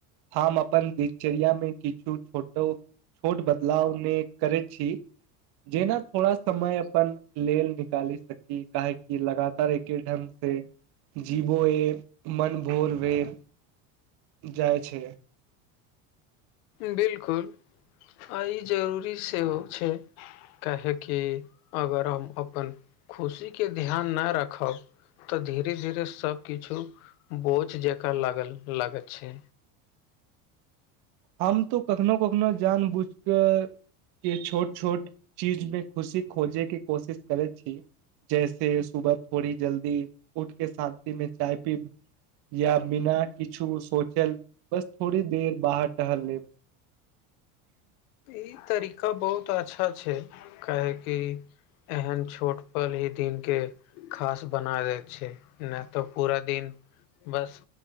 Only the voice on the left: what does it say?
बिल्कुल आई जरूरी सेहो छै। काह कि अगर हम अपन खुशी के ध्यान नहि रखब तऽ धीरे धीरे सभकिछु बोझ जका लागल लागै छै।
ई तरीका बहुत अच्छा छै काहे कि एहन छोट पल ही दिन केँ खास बना दै छै नै तऽ पूरा दिन बस